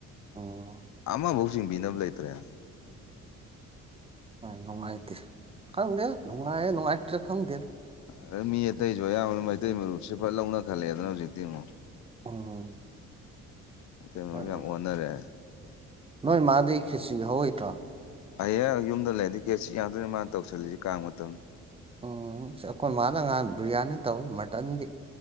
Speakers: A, on the right (about 20°); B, on the left (about 65°).
A: ꯎꯝ
B: ꯑꯃꯕꯥꯎ ꯆꯤꯡꯕꯤꯅꯕ ꯂꯩꯇ꯭ꯔꯦ꯫
A: <unintelligible> ꯅꯨꯡꯉꯥꯏꯇꯦ ꯈꯪꯗꯦ ꯅꯨꯡꯉꯥꯏꯔ ꯅꯨꯡꯉꯥꯏꯇ꯭ꯔꯤꯔ ꯈꯪꯗꯦ꯫
B: ꯑꯗ ꯃꯤ ꯑꯇꯩꯖꯨ ꯑꯌꯥꯝꯕꯅ ꯃꯩꯇꯩ ꯃꯔꯨꯞꯁꯦ ꯐꯅ ꯂꯧꯅ ꯈꯠꯂꯛꯑꯦꯗꯨꯅ ꯍꯧꯖꯤꯛꯇꯤ ꯑꯃꯨꯛ꯫
A: ꯎꯝ꯫
B: <unintelligible>
A: ꯑꯗꯨ
B: ꯌꯥꯝ ꯑꯣꯟꯅꯔꯦ
A: ꯅꯣꯏ ꯃꯥꯗꯤ ꯈꯦꯠꯆꯤꯒ ꯍꯧꯍꯩꯇ꯭ꯔꯣ
B: ꯍꯩꯌꯦꯡ ꯌꯨꯝꯗ ꯂꯩꯔꯗꯤ ꯈꯦꯠꯁꯤ ꯉꯥꯛꯇꯅꯤ ꯃꯥꯅ ꯇꯧꯁꯜꯂꯤꯁꯤ ꯀꯥꯡ ꯃꯇꯝ
A: ꯎꯝ ꯑꯈꯣꯏ ꯃꯥꯅ ꯉꯍꯥꯟ ꯕ꯭ꯔꯤꯌꯥꯅꯤ ꯇꯧꯋꯤ ꯃꯔꯇꯟꯒꯤ